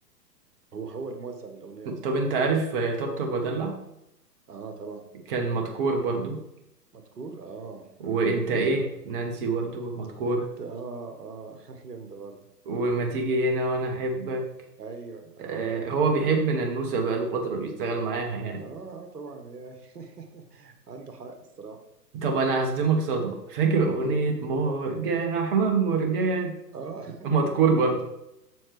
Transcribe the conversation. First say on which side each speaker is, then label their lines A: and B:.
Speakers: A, on the right; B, on the right.
A: هو هو الموزع للاغنيه اصلا
B: طب انت عارف آه، طبطب ودلع
A: اه طبعا
B: كان مدكور برضو
A: مذكور اه
B: وانت
A: اه جامده
B: ايه
A: برضه
B: نانسي برضو مدكور
A: انت اه اه <laughs> جامده برضه
B: وما تيجي هنا وانا احبك
A: ايوه اه
B: آه هو بيحب ننوسة بقاله فترة بيشتغل معاها يعني
A: اه اه طبعا يعني <laughs> عنده حق الصراحه
B: طب انا هصدمك صدمة فاكر اغنية
A: إيه.
B: مرجان احمد مرجان
A: اه
B: مدكور برضو